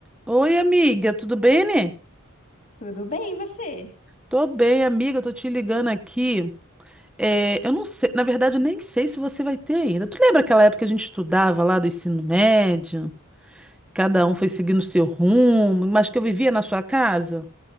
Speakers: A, in the centre; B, on the left.
A: Oi, amiga, tudo bem, né?
B: Tudo bem, e você?
A: Tô bem, amiga, eu tô te ligando aqui. É, eu não sei, na verdade, eu nem sei se você vai ter ainda. Tu lembra aquela época que a gente estudava lá do ensino médio? Cada um foi seguindo o seu rumo, mas que eu vivia na sua casa?